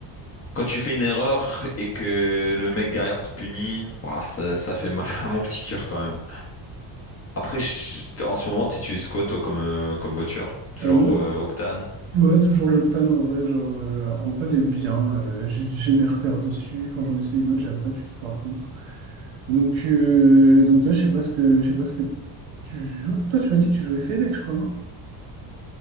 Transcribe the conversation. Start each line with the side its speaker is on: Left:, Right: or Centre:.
Left: quand tu fais une erreur et que le mec derrière te punit, ouah, ça, ça fait mal à mon petit cœur quand même. Après, je- en ce moment, t'utilises quoi, toi, comme, euh, comme voiture? Toujours
Right: Euh, moi,
Left: euh, Octane?
Right: Ouais, toujours l'Octane en vrai, genre, euh, en vrai, elle est bien. euh, j'ai j'ai mes repères dessus. Quand j'en essaie une autre, j'aime pas du tout par contre. Donc, euh, donc toi, je sais pas ce que, je sais pas ce que tu joues. Toi, tu m'as dit que tu jouais Fennec, je crois, non?